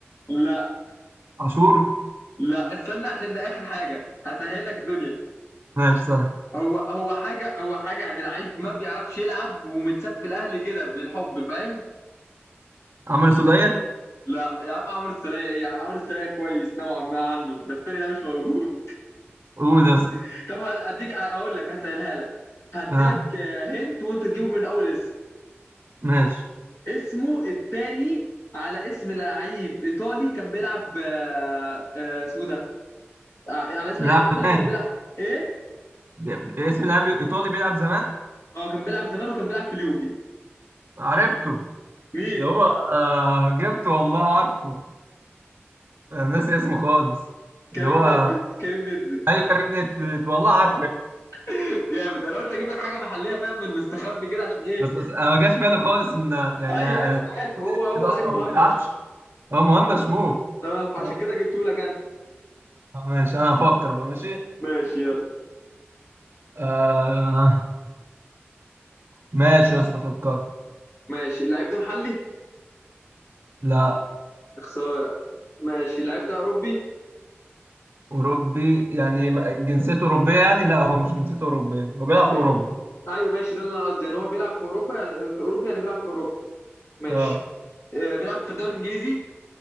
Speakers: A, on the left; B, on the right.
A: لا
B: عاشور
A: لا استنى عشان ده اخر حاجه هسهل لك الدنيا
B: ماشي سهل
A: هو هو حاجه هو حاجه يعني لعيب ما بيعرفش يلعب ومتساب في الاهلي كده بالحب فاهم
B: عمرو سوليه
A: لا يا عم عمرو السولية ايه يا عم عمرو السولية كويس نوعا ما عنه ده التاني ده مش موجود
B: قول يا اسطى
A: <laughs> طب هديك اقول لك هسألها لك هدي
B: اه
A: لك هنت وانت تجيبه من اول اسم
B: ماشي
A: اسمه التاني على اسم لعيب ايطالي كان بيلعب آه، آه، اسمه ده ع- على اسم
B: بيلعب
A: لعيب ايطالي
B: زمان
A: كان بيلعب ايه
B: ب- اسم لاعب ايطالي بيلعب زمان
A: اه كان بيلعب زمان وكان بيلعب في اليوفي
B: عرفته
A: مين
B: اللي هو آه جبته والله عارفه انا ناسي اسمه خالص اللي
A: كريم
B: هو
A: نيدفيد كريم نيدفيد
B: ايوه كريم نيدفيد والله عارفه يعني.
A: <laughs> جامد انا قلت اجيب لك حاجه محليه فاهم من المستخبي كده عشان ايه
B: بس, بس انا ما جاش بالي خالص ان يعني
A: ايوه
B: أنا-
A: ايوه انا عارف
B: نيدفيد
A: هو هو
B: اصلا
A: لعيب مهمش
B: هو ما بيلعبش هو مهمش
A: لعيب مهمش
B: شمول
A: اه فعشان
B: آه،
A: كده جبته لك
B: ماشي انا هفكر بقى ماشي
A: ماشي يلا
B: آه ماشي يا اسطى فكرت
A: ماشي اللعيب ده محلي
B: لا
A: يا خساره ماشي اللعيب ده اوروبي
B: اوروبي يعني ما- جنسيته اوروبيه يعني لا هو مش جنسيته اوروبيه هو بيلعب
A: م...
B: في اوروبا
A: ايوه ماشي ده اللي انا قصدي ان هو بيلعب في اوروبا يعني في اوروبا يعني بيلعب في اوروبا ماشي
B: اه
A: آه بيلعب في الدوري الانجليزي